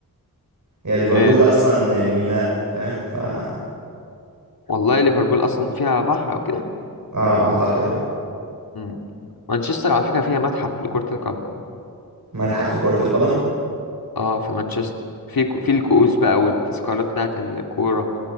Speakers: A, on the right; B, on the left.
A: هي ليفربول
B: إيه.
A: ده اصلا ميناء فاهم ف اه
B: والله ليفربول اصلا فيها بحر او كده
A: اعتقد اه
B: مم. مانشستر على فكره فيها متحف لكره القدم
A: متحف لكرة القدم
B: اه في مانشستر في في الكؤوس بقى والتذكارات بتاعت الكورة